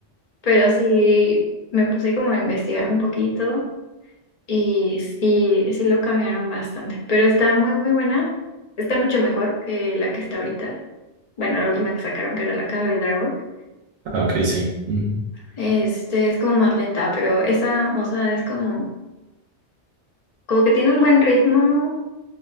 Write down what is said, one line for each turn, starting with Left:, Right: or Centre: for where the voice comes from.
Left: pero sí me puse como a investigar un poquito y sí, sí lo cambiaron bastante. Pero está muy, muy buena. Está mucho mejor que la que está ahorita. Bueno, la última que sacaron, que era La Casa del Dragón.
Right: Ah, ok, sí. Ujú.
Left: Este es como más lenta, pero esa, o sea, es como, como que tiene un buen ritmo,